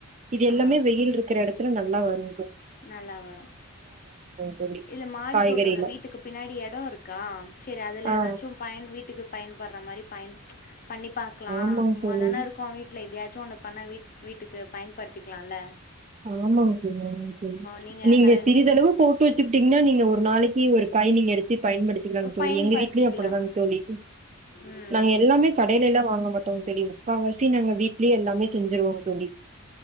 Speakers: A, on the right; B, on the left.
A: இது எல்லாமே
B: ஆ
A: வெயில் இருக்கிற இடத்துல ந நல்லா வரு
B: நல்லா வரு
A: தோழி
B: இல்ல மாடி
A: காய்கறில
B: தோட்டோ இல்ல வீட்டுக்கு பின்னாடி எடோ இருக்கா செரி அதுல
A: ஆ
B: ஏதாச்சு பயன் வீட்டுக்கு பயன்படுற மாரி பயன் பண்ணி பார்க்கலா
A: ஆமாங்க
B: சும்மா
A: தோழி
B: தானே இருக்கும் வீட்டில இதயாச் சூ அந்த பண்ண வீட் வீட்டுக்கு பயன்படுத்திக்கலால
A: ஆமாங்க <unintelligible> ஆமாங்க <unintelligible>
B: நீங்கள்
A: நீங்க
B: கரண்
A: சிறிதளவு போட்டு வச்சிட்டீங்கன்னா நீங்க ஒரு நாளைக்கு ஒரு காய் நீங்க எடுத்து பயன்படுத்திக்கலங்க தோழி
B: பயன்படுத்திக்கலாம்
A: எங்க வீட்லயும் அப்படிதாங்கதோழி
B: ம்
A: நாங்க எல்லாமே கடையில எல்லா வாங்க மாட்டோங்க சொி முக்கால்வாசி நாங்க வீட்டு ட்லியே எல்லாமே செஞ்சிருவோங்க தோழி